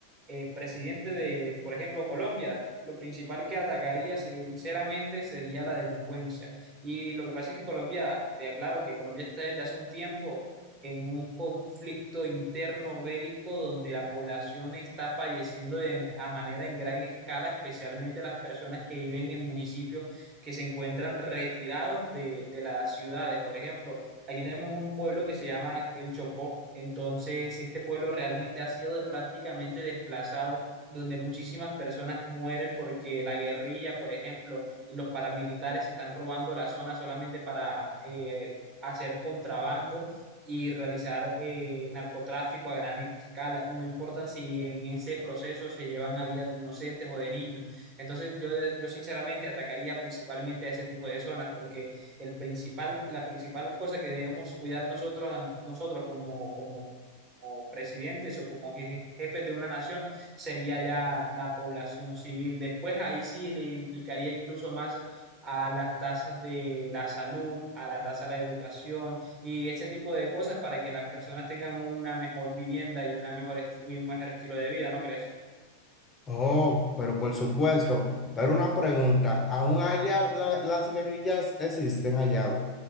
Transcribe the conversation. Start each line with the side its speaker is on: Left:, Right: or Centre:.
Right: eh, presidente de, por ejemplo, Colombia, lo principal que atacaría, sinceramente, sería la delincuencia y lo que pasa es que Colombia, te aclaro que Colombia está desde hace un tiempo en un conflicto interno bélico donde la población está falleciendo de, a manera en gran escala, especialmente las personas que viven en municipios que se encuentran retirados de, de las ciudades. Por ejemplo, aquí tenemos un pueblo que se llama El Chocó. Entonces, este pueblo realmente ha sido de prácticamente desplazado, donde muchísimas personas mueren porque la guerrilla, por ejemplo, y los paramilitares se están robando la zona solamente para eh, hacer contrabando y realizar eh, narcotráfico a gran escala y no importan si en ese proceso se llevan a vidas de inocentes o de niños. Entonces yo, yo sinceramente atacaría principalmente a ese tipo de zonas porque el principal, la principal cosa que debemos cuidar nosotros, nosotros como, como, como presidentes o como je- jefes de una nación sería ya la población civil. Después ahí sí le implicaría incluso más a las tasas de la salud, a la tasa de la educación y ese tipo de cosas para que las personas tengan una mejor vivienda y, una mejor esti- y un mejor estilo de vida, ¿no crees?
Left: Oh, pero por supuesto, pero una pregunta, ¿aún allá la- las guerrillas existen allá?